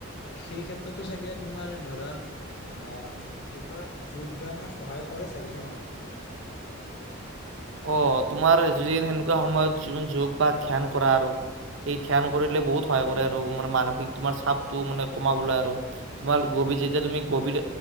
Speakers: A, on the left; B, on the right.
A: সেই ক্ষেত্ৰতো চাগে তোমাৰ ধৰা আহ কি কয় যোগ ব্যায়ামে সহায় কৰে চাগে ন?
B: অ' তোমাৰ য সেনেকুৱা সময়ত যি যোগ বা ধ্যান কৰা আৰু সেই ধ্যান কৰিলে বহুত সহায় কৰে আৰু মে মানসিক তোমাৰ চাপটো মানে কমাবলৈ আৰু তোমাৰ গভীৰ যেতিয়া তুমি গভীৰ